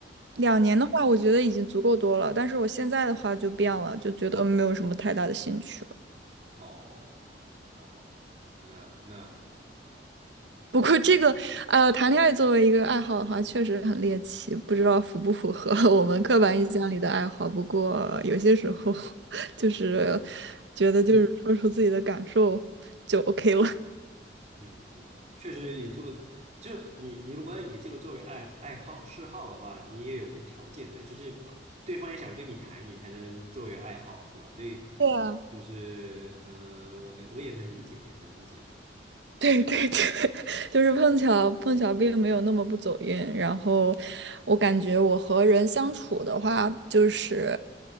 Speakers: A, on the right; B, on the right.
A: 两年的话，
B: 啊，
A: 我觉得已经足够多了。但是我现在的话就变了，就觉得没有什么太大的兴趣。
B: 哦哦。那那嗯嗯
A: 不过这个，呃，谈恋爱作为一个爱好的话，确实很猎奇，不知道符不符合 <laughs> 我们刻板印象里的爱好。不过有些时候，<laughs> 就是觉得就是说出自己的感受就 OK 了。
B: 嗯嗯，确实以这个，就你你如果以这个作为爱爱好嗜好的话，你也有些条件在，就是对方也想跟你谈，你才能作为爱好，对吧？所以
A: 对啊，
B: 就是嗯、呃我我也能理解，也能理解，嗯，
A: <laughs> 对对对，<laughs> 就是碰巧碰巧并没有那么不走运。然后我感觉我和人相处的话，就是